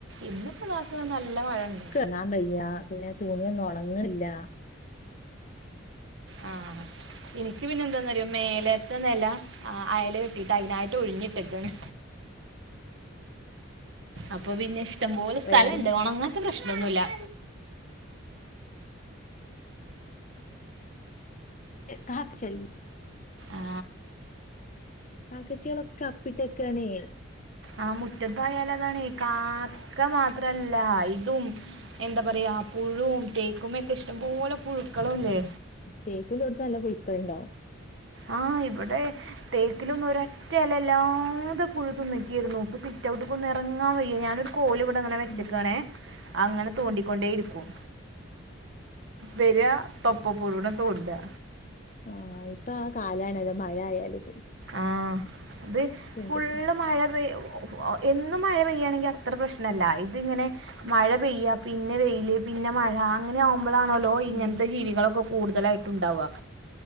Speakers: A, on the right; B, on the left.
A: ഇന്ന്പ്പതാക്ക്ണ് നല്ല മഴ ഇണ്ട്.
B: ങ്ങാന് വെയ്യാ പിന്നെ തുണിയൊന്നും ഒണങ്ങ്ണ്ല്ല്യാ
A: ആഹ് ഇൻക്ക് പിന്നെ എന്താന്ന് അറ്യോ മേലത്തെ നെല അ അയല് കെട്ടീട്ട് അയിനായിട്ട് ഒഴിഞ്ഞ് ഇട്ടക്കാണ് അപ്പൊ പിന്നെ ഇഷ്ടം പോലെ സ്ഥലം
B: റേഞ്ചിന്റെ
A: ഇണ്ട് ഒണങ്ങാത്തെ പ്രശ്നൊന്നുല്ല്യ
B: <unintelligible>
A: ആ
B: കാക്കച്ചാളൊക്കെ അപ്പി ഇട്ടക്കാണെയ്
A: ആഹ് മുറ്റെത്ത് ആയാൽ അതാണെയ് കാ ക്ക മാത്രല്ല ഇതും എന്താ പറയാ പുഴും തേക്കുമോക്കെ ഇഷ്ടം പോലെ പുഴു ക്കളല്ലേ
B: തേക്ക് ഇല്ലോട്ത്ത് നല്ല പുഴുക്കള്ണ്ടാവും
A: ആഹ് ഇവിടെ തേക്കിലൊന്നും ഒരറ്റ എലല്ല്യാതെ പുഴുതിന്ന്ക്കേര്ന്നു ഇപ്പൊ സിറ്റൗട്ട്ക്കൊന്നും എറങ്ങാൻ വെയ്യ ഞാനൊരു കോല് ഇവ്ടെ ഇങ്ങനെ വെച്ചക്കാണേ
B: ഉം
A: അങ്ങനെ തോണ്ടിക്കൊണ്ടേയിരിക്കും വെര തൊപ്പ പുഴുനെ തോണ്ടാ
B: ആഹ് ഇപ്പ ആ കാലാണല്ലോ മഴ ആയാല്ത്
A: ആഹ് ഇത്
B: എന്തൊക്കെ
A: ഫുള്ള് മഴ പെയ്യ് എന്നും മഴ പെയ്യാണെങ്കിൽ അത്ര പ്രശ്നല്ല ഇത് ഇങ്ങനെ മഴ പെയ്യ പിന്നെ വെയില് പിന്നെ മഴ അങ്ങനാവു മ്പളാണോല്ലോ ഇങ്ങനത്തെ
B: ഉം
A: ജീവികളൊക്കെ കൂടുതലായിട്ടും ഇണ്ടാവ.